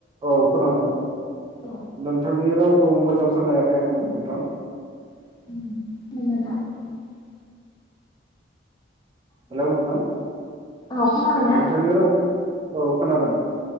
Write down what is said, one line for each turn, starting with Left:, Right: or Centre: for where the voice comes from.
Right: औ खोनादों।
Left: औ
Right: नोंथांनि राव खौ मोजां खोनायाखै आङो नोंथां।
Left: <inaudible>
Right: हेलौ नोंथां
Left: औ खोनाबायना?
Right: नोंथांनि रावखौ औ खोनादों